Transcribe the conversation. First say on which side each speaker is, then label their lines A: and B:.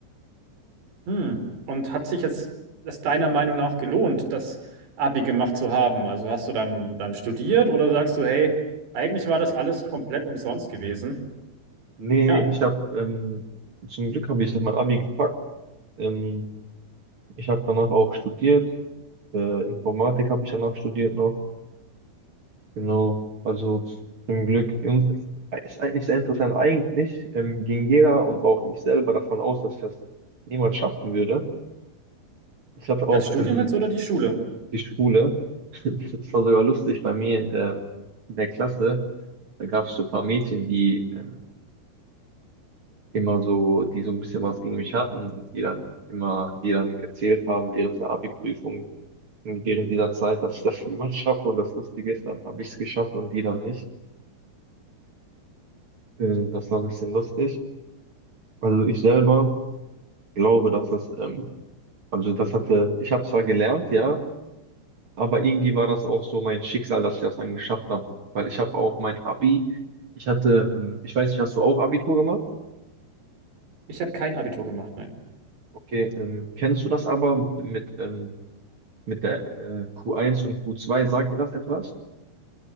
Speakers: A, on the right; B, on the right.
A: Hm. Und hat sich jetzt es deiner Meinung nach gelohnt, das Abi gemacht zu haben? Also hast du dann, dann studiert oder sagst du, hey, eigentlich war das alles komplett umsonst gewesen?
B: Nee,
A: Ja,
B: ich habe, ähm, zum Glück habe ich dann mein Abi gepackt. Ähm, ich habe danach auch studiert. Äh, Informatik habe ich danach studiert noch. Genau, also zum Glück. Und ist eigentlich sehr interessant. Eigentlich ähm, ging jeder und auch ich selber davon aus, dass ich das niemals schaffen würde. Ich hatte auch
A: das Studium
B: ähm,
A: jetzt oder die Schule?
B: die Schule, <laughs> das war sogar lustig bei mir ähm, in der Klasse, da gab es so ein paar Mädchen, die ähm, immer so, die so ein bisschen was gegen mich hatten und die dann immer, die dann erzählt haben während der Abi-Prüfung, ähm, während dieser Zeit, dass ich das <laughs> niemals schaffe. Und das Lustige ist, dann habe ich es geschafft und die dann nicht. Äh, Das war ein bisschen lustig. Also ich selber glaube, dass das, ähm, also das hatte, ich habe zwar gelernt, ja, aber irgendwie war das auch so mein Schicksal, dass ich das dann geschafft habe, weil ich habe auch mein Abi, ich hatte, ähm, ich weiß nicht, hast du auch Abitur gemacht?
A: Ich habe kein Abitur gemacht, nein.
B: Okay, ähm, kennst du das aber mit, ähm, mit der äh, Q1 und Q2, sagt dir das etwas?